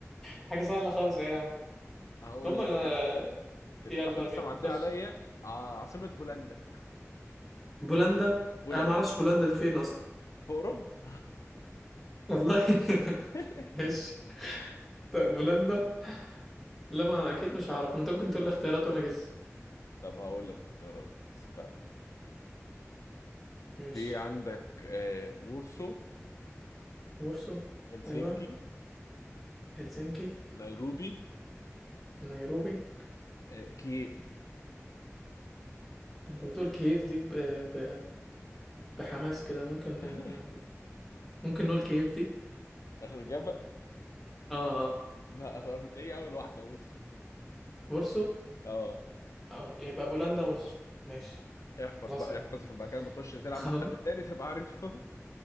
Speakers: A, in the centre; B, on the left.
A: حاجة سهلة خالص ايه
B: هقول
A: هم انا
B: لك كانت كانت
A: يلا
B: في واحدة لسه
A: بينا
B: معدية
A: خش
B: عليا آه، عاصمة بولندا
A: بولندا
B: بولندا
A: انا ما اعرفش بولندا دي فين اصلا
B: في اوروبا
A: والله
B: <laughs>
A: <laughs> ماشي طيب بولندا لا ما اكيد مش هعرف انت ممكن تقول لي اختيارات وانا جس
B: طب هقول لك اختيارات استنى
A: ماشي
B: في عندك آه، وورسو
A: وورسو
B: هلسنكي
A: ايوه هلسنكي
B: نيروبي
A: نيروبي
B: آه، كييف
A: انت بتقول كييف دي ب... ب... بحماس كده ممكن
B: <laughs>
A: ن- ممكن نقول كييف دي
B: اخر اجابة
A: اه اه
B: لا غلط ايه اول واحدة وورسو
A: وورسو
B: اه
A: اه يبقى بولندا وورسو ماشي
B: احفظ
A: خلاص
B: بقى
A: يا عم
B: احفظ عشان بقى كده لما تخش
A: <laughs>
B: تلعب
A: خلاص
B: مع حد تاني تبقى عارفه